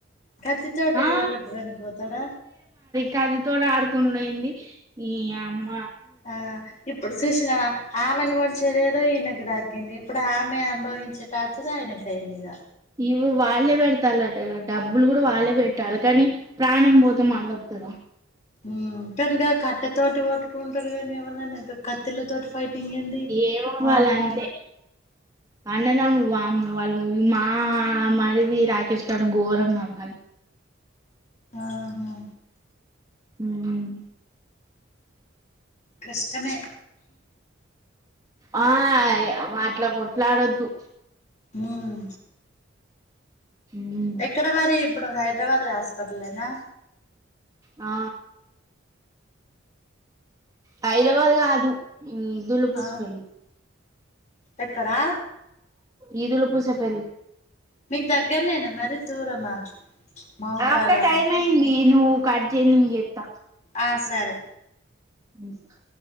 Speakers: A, on the left (about 35°); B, on the right (about 15°).
A: కత్తి తోటి
B: ఆ
A: కొట్టడానికి పోతడా
B: కాత్తి తోని ఆడుకున్నయి ఉంది నీయమ్మ
A: ఆ ఇప్పుడు చూసినవా ఆమెను పొడిచేదేదో ఈమెకు దాకింది ఇప్పుడు ఆమె అనుభవించే టార్చర్ ఆయనకు అయిందిగా
B: ఇగొ వాళ్ళే వెడతాల్లట కద డబ్బులు కూడా వాళ్ళే పెట్టాలె కనీ ప్రాణం పోతే మళొత్తదా
A: ఉమ్ కని గ కట్టెతోటి కొట్టుకుంటురు కనీ ఎవలన్న గ కత్ కత్తలతోటి ఫైటింగ్ ఏంది
B: ఏమో
A: వామ్మె
B: వాళ్ళు అంతే అన్నదమ్ములు వామ్మో వాళ్ళు మా మరిది రాకేష్ కన్న ఘోరం గవాళ్ అది
A: ఆహా
B: ఊమ్
A: కష్టమే
B: ఆయివ్వ వాట్లా కొట్లాడొద్దు
A: ఊమ్
B: ఉమ్
A: ఎక్కడ మరి ఇప్పుడు హైద్రాబాద్ హాస్పిటలే నా
B: ఆ హైద్రాబాద్ కాదు ఈ దులుపూస్
A: ఆ
B: పెళ్లి
A: ఎక్కడా
B: ఈదులుపూసపెళ్ళి
A: మీకు దగ్గర్నేన మరి దూరమా మహబాదా
B: ఆ అక్క టైం అయింది ఇనుము కడ్జేయి నేం చేత్త
A: ఆ సరే
B: మ్మ్